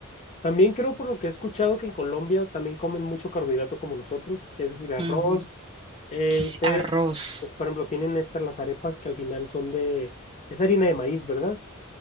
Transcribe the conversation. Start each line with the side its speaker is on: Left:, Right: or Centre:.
Left: También creo por lo que he escuchado que en Colombia también comen mucho carbohidrato como nosotros, que es decir, arroz.
Right: Ujú.
Left: Eh,
Right: s-
Left: ustedes,
Right: Arroz.
Left: pues, por ejemplo, tienen estas las arepas que al final son de, es harina de maíz, ¿verdad?